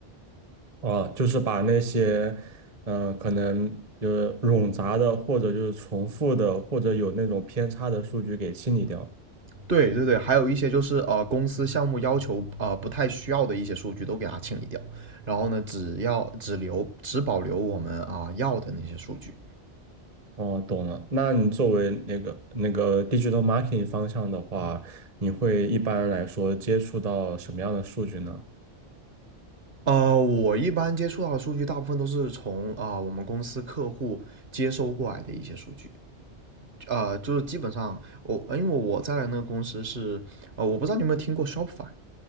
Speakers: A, on the right; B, on the right.
A: 哦，就是把那些，嗯、可能就是冗杂的，或者就是重复的，或者有那种偏差的数据给清理掉。
B: 对对对，还有一些就是呃公司项目要求呃不太需要的一些数据都给它清理掉，然后呢，只要只留只保留我们啊、呃要的那些数据。
A: 哦，懂了。那你作为那个那个 digital marketing 方向的话，你会一般来说接触到什么样的数据呢？
B: 呃，我一般接触到的数据，大部分都是从啊、呃我们公司客户接收过来的一些数据。呃，就是基本上我，因为我在的那个公司是，呃，我不知道你有没有听过 Shopify。